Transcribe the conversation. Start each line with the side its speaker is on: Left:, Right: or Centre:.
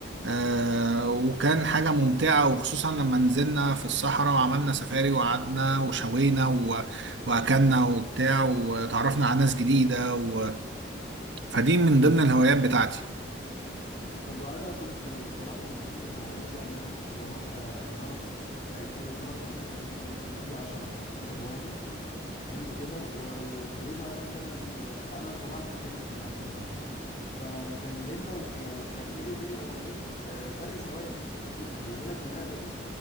Right: آه، وكان حاجة ممتعة وخصوصا لما نزلنا في الصحراء وعملنا سفاري وقعدنا وشوينا واكلنا وبتاع وتعرفنا على ناس جديده و... فدي من ضمن الهوايات بتاعتي
Left: طب وانا كنت بصراحة من ضمن الهوايات يعني اللي انا كنت بروح آه، الماراثون بتاع الجري الماراثون ده كان يبقى ممكن فيه 10 15 واحد حلو كده و- وبيبقى مثلا آه، انا طلعت التاني فيه عامة يعني فكان بيننا وب- يعني كان بيني وبين الاولاني آه، فرق ثواني بسيطة خلي بالك اللعبة دي